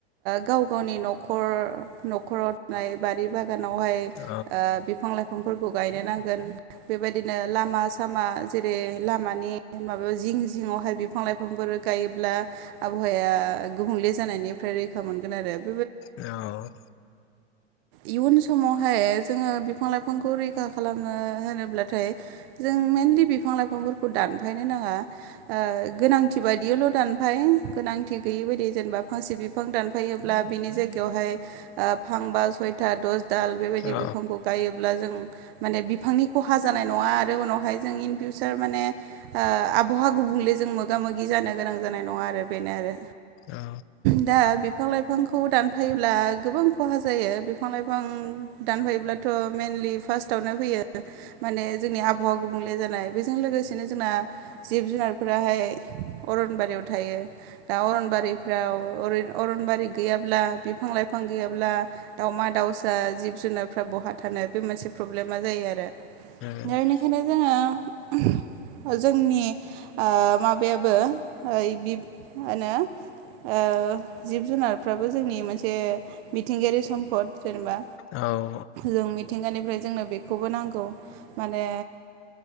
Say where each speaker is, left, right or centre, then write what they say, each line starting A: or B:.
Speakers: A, on the right (about 60°); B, on the left (about 40°).
A: गाव गावनि न'खर न'खराव थानाय बारि बागान आवहाय
B: औ
A: बिफां लाइफां फोरखौ गायनो नांगोन बेबायदिनो लामा सामा जेरै लामानि माबायाव जिं जिङावहाय बिफां लाइफांफोर गायोब्ला आबहावाया गुबुंले जानायनि फ्राय रैखा मोनगोन आरो
B: औ
A: इयुन समावहाय जोंङो बिफां लाइफांखौ रैखा खालामनो होनोब्लाथाय जों मइेनलि बिफां लाइफांफोरखौ दानफायनो नाङा ओ गोनांथि बायदियावल दानफाय गोनांथि गैयै बायदि जेनेबा फांसे बि फां दानफायोब्ला बिनि जायगायावहाय ओ फांबा सयथा दस दाल बेबायदि
B: औ
A: बिफांखौ गायोब्ला जों माने बिफांनि खहा जानाय नङा आरो उनावहाय जों इन फिउसार माने ओ आबहावा गुबुंले जों मोगा मोगि जानो गोनां जानाय नङा आरो बेनो आरो।
B: औ
A: दा बिफां लाइफांखौ दानफायोब्ला गोबां खहा जायो, बिफां लाइफां दानफायोब्लाथ मेइनलि फार्स्टआवनो फैयो माने जोंनि आबहावा गुबुंले जानाय बेजों लोगोसेनो जोंना जिब जुनारफोराहाय अरनबारियाव थायो दा अरनबारिफ्राव अरनबारि गैयाब्ला बिफां लाइफां गैयाब्ला दाावमा दाउसा जिब जुनारफ्रा बहा थानो बे मोनसे प्रब्लेमा जायो आरो दा
B: औ
A: बेनिखायनो जोंङो जोंनि ओ माबायाबो ओ बि मा होनो ओ जिब जुनारफ्राबो जोंनि मोनसे मिथिंगायारि सम्फद जेनेबा
B: औ औ
A: जों मिथिंगानिफ्राय जोंनो बेखौबो नांगौ माने